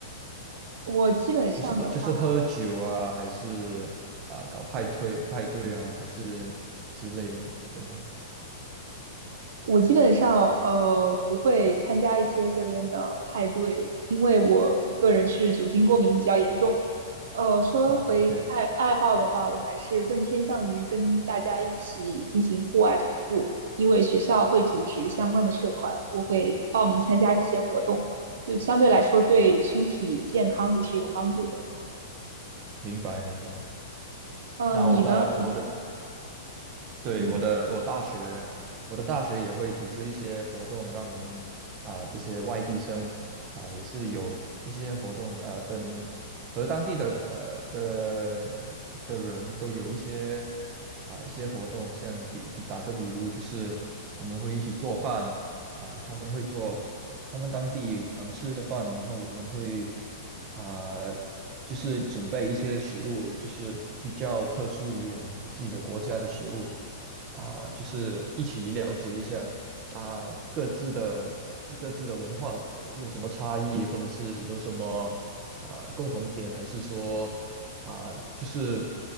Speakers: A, on the right; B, on the right.
A: 我基本上的话。
B: 呃就是喝酒啊，还是啊、搞派对派对啊，还是之类的，有吗？
A: 我基本上呃不会参加一些这边的派对，因为我个人是酒精过敏比较严重。呃，说回爱爱好的话，
B: 啊，OK，
A: 我还是更偏向于跟大家一起进行户外徒步，因为学校会组织相关的社团，我会报名参加这些活动，对，相对来说对身体健康也是有帮助的。
B: 明白明白。
A: 呃，
B: 那我的我的
A: 你呢？你
B: 对，
A: 嗯
B: 我的我大学，我的大学也会组织一些活动，让我们啊、这些外地生啊、也是有一些活动，呃，跟和当地的呃的的人都有一些啊、一些活动，像比比打个比如，就是我们会一起做饭啊、他们会做他们当地常吃的饭，然后我们会啊、就是准备一些食物，就是比较特殊于我们的自己的国家的食物。啊，就是一起了解一下啊各自的呃各自的文化有有什么差异，或者是有什么啊共同点，还是说啊就是